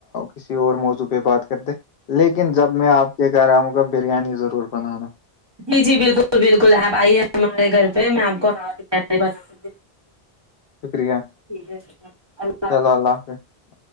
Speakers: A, on the left; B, on the right.
A: کسی اور موضوع پہ بات کرتے لیکن جب میں آپ یہ کہہ رہا ہوںگا بریانی ضرور بنانا
B: جی جی بالکل بالکل آپ آئیے ہمارے گھر پہ میں آپ کو ب ب س گ
A: شکریہ
B: ٹھیک ہے اللہ حافظ
A: چلو اللہ حافظ